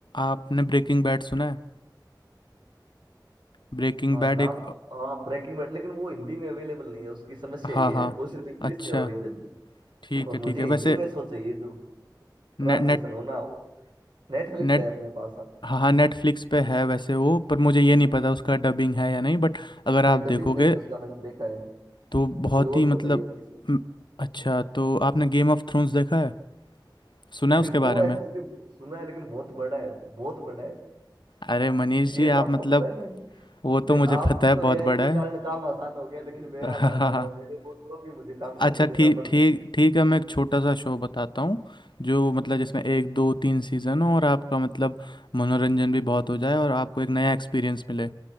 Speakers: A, on the left (about 80°); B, on the right (about 80°).
A: आपने ब्रेकिंग बैड सुना है ब्रेकिंग
B: हाँ
A: बैड
B: नाम
A: एक
B: तो, हाँ ब्रेकिंग बैड लेकिन वो हिंदी में अवेलेबल नहीं है उसकी समस्या
A: हाँ
B: ये
A: हाँ
B: है वो सिर्फ इंग्लिश
A: अच्छा
B: में ओरिजिन
A: ठीक
B: और
A: है
B: मुझे
A: ठीक है
B: हिंदी
A: वैसे
B: में सो चाहिए तो ट्रांसलेशन
A: ने,
B: होना नेटफ्लिक्स
A: नेट
B: है अपने पास
A: हाँ हाँ नेटफ्लिक्स पे है वैसे वो पर मुझे ये नहीं पता उसका डबिंग है या नहीं बट अगर
B: नहीं
A: आप
B: डबिंग
A: देखोगे
B: नहीं है उसका मैंने देखा है
A: तो बहुत
B: कोई और
A: ही मतलब
B: बताइए अच्छी सी
A: म, अच्छा तो आपने गेम ऑफ थ्रोन्स देखा है सुना
B: <laughs> नहीं
A: है उसके बारे
B: वो एक्चुअली
A: में
B: सुना है लेकिन बहुत बड़ा है बहुत बड़ा है
A: अरे मनीष जी
B: ये तो
A: आप
B: आपको
A: मतलब
B: पता है ना
A: वो तो
B: नहीं
A: मुझे
B: आपके
A: पता है
B: तो
A: बहुत
B: एआई
A: बड़ा
B: के
A: है
B: कारण काम आसान हो गया लेकिन मेरा
A: <laughs>
B: आसान नहीं हुआ मेरे बॉस को भी मुझे काम करके
A: अच्छा
B: देना
A: ठीक
B: पड़ता
A: ठीक
B: है
A: ठीक है मैं एक छोटा सा शो बताता हूँ जो मतलब जिसमें एक दो तीन सीज़न हो और आपका मतलब मनोरंजन भी बहुत हो जाए और आपको एक नया एक्सपीरियंस मिले